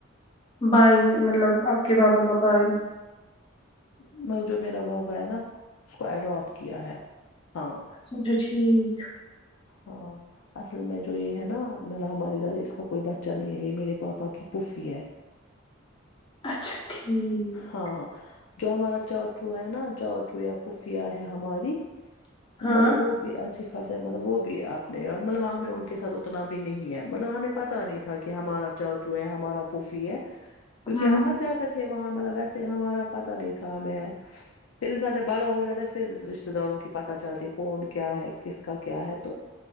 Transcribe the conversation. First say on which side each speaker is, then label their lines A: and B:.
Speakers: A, on the left (about 25°); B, on the left (about 85°).
A: بھائی مطلب آپ کے بابا کا بھائی
B: مطلب جو میرا بابا ہے نا اس کو ایڈپٹ کیا ہے ہاں
A: <unintelligible> اچھا ٹھیک
B: ہاں اصل میں جو یہ ہے نا مطلب ہماری دادی اس کا کوئی بچہ نہیں ہے یہ میرے پاپا کی پھوپھی ہے
A: اچھا ٹھیک
B: ہاں جو ہمارا چاچو ہے نا چاچو یا پھوپھیاں ہے ہماری
A: ہاں
B: مطلب وہ بھی اچھی خاصا ہے مطلب وہ بھی بھی آپ نے مطلب وہاں بھی ان کے ساتھ اتنا بھی نہیں ہے مطلب ہمیں پتا نہیں تھا کہ ہمارا چاچو ہے ہمارا پوفی ہے کیونکہ
A: ہوں
B: ہم مت جا تھے وہاں مطلب ویسے ہمارا پتا نہیں تھا ہمیں پھر انسان جب بڑا ہو جاتا ہے پھر رشتے داروں کی پتہ چلتی ہے کون کیا ہے کس کا کیا ہے تو